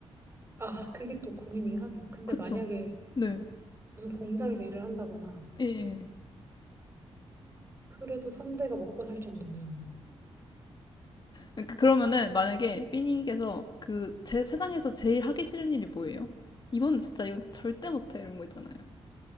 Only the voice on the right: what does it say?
아, 그게 또 고민이긴 하네요. 근데
만약에
무슨 공장에서 일을 한다거나
그래도 3대가 먹고 살 정도면